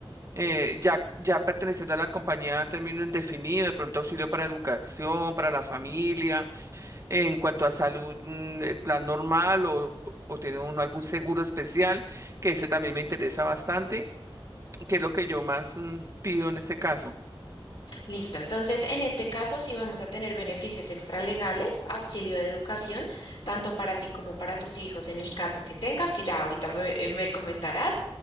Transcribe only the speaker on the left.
Listo, entonces en este caso sí vamos a tener beneficios extralegales, auxilio de educación, tanto para ti como para tus hijos en el caso que tengas, que ya ahorita me eh, me comentarás.